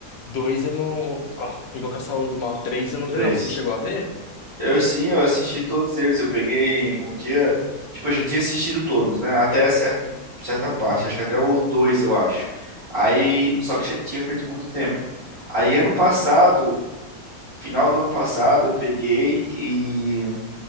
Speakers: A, on the left; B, on the right.
A: Dois eu não. ó, Invocação do Mal Três eu não vi,
B: Três.
A: não. Você chegou a ver?
B: Eu sim, eu assisti todos eles. Eu peguei um dia, tipo, eu já tinha assistido todos, né? Até certo, certa parte, acho que até o dois, eu acho. Aí, só que já tinha feito muito tempo. Aí ano passado, final do ano passado, eu peguei e